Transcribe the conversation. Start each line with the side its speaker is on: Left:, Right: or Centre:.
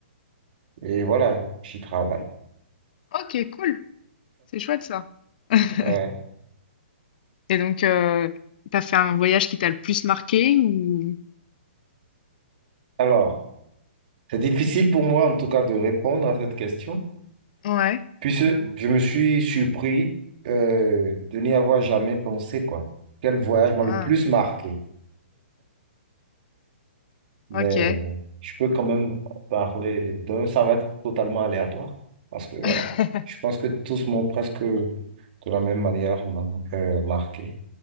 Right: Et voilà, j'y travaille.
Left: Ok, cool. C'est chouette ça. <laughs>
Right: Ouais.
Left: Et donc, euh, t'as fait un voyage qui t'a le plus marqué ou...
Right: Alors. C'est difficile pour moi, en tout cas, de répondre à cette question,
Left: Ouais.
Right: puisque je me suis surpris euh, de n'y avoir jamais pensé, quoi. Quel voyage m'a
Left: Ah,
Right: le plus marqué? Mais
Left: ok.
Right: euh, je peux quand même parler d'un, ça va être totalement aléatoire, parce que voilà,
Left: <laughs>
Right: je pense que tous m'ont presque de la même manière man- euh, marqué.